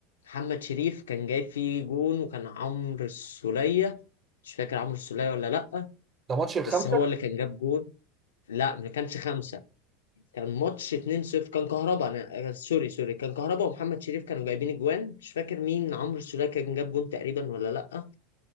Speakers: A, on the left; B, on the right.
A: محمد شريف كان جايب فيه جون وكان عمرو السولية مش فاكر عمرو السولية ولا لأ
B: ده ماتش الخمسه
A: بس هو اللي كان جاب جون لا ما كانش خمسة كان ماتش 2-0 كان كهربا انا آه، سوري سوري كان كهربا ومحمد شريف كانوا جايبين اجوان مش فاكر مين عمرو السولية كان جاب جون تقريبا ولا لأ